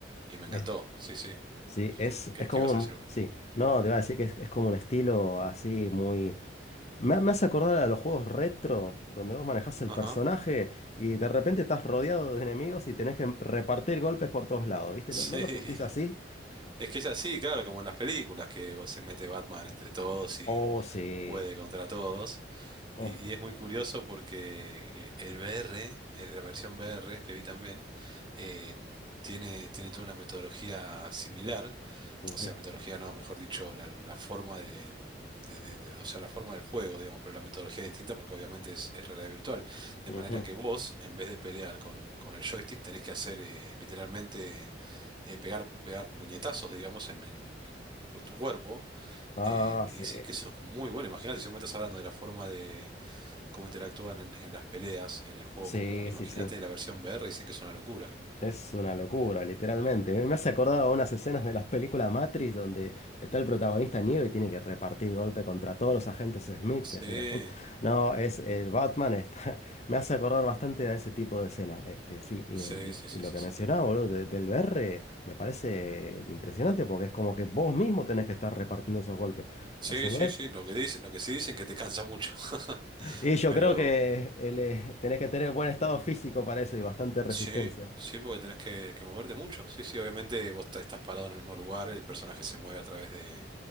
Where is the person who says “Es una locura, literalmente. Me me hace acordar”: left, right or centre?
Left